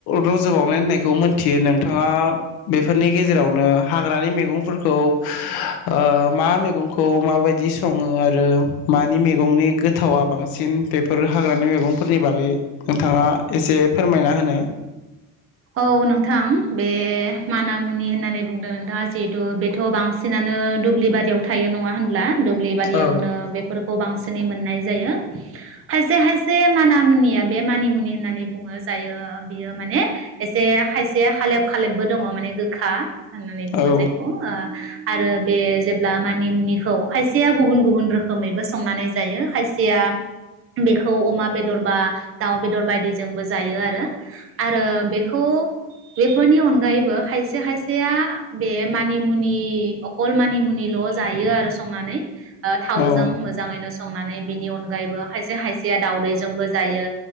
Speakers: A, on the left (about 70°); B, on the right (about 35°).
A: रज बावनाय होननायखौ मोनथियो नोंथाङा बेफोरनि गेजेरावनो। हाग्रानि मैगंफोरखौ। ओ मा मैगंखौ माबायदि सङो आरो मानि मैगंनि गोथावा बांसिन बेफोर हाग्रानि मैगं। फोरनि बागै नोंथाङा एसे। फोरमायना होनाय
B: औ नोंथां बे मानामुनि होननानै बुंदों नोंथाङा जिहेतु बेथ बांसिनानो दुब्लि बारियाव थायो नङा होनब्ला। दुब्लि बारियावनो
A: औ
B: बेफोरखौ बांसिनै मोननाय जायो। खायसे खायसे माना मुनिया बे मानिमुनि होननानै बुङो। जायो बियो माने। से खायसे हालेब खालेबबो दङ माने गोखा। होननानै बुङो
A: औ
B: जायखौ ओ। आरो बे जेब्ला मानि मुनिखौ खायसेया गुबुन गुबुन रोखोमैबो संनानै जायो खायसेया बेखौ अमा बेदर बा दाउ बेदर बायदिजोंबो जायो आरो। आरो बे खो बेफोरनि अनगायैबो खायसे खायसेया बे मानिमुनि अकल मानिमुनिल जायो आरो संनानै। ओ
A: औ
B: थावजों मोजाङैनो। संनानै बिनि अनगायैबो खायसे खायसेया दाउदैजोंबो जायो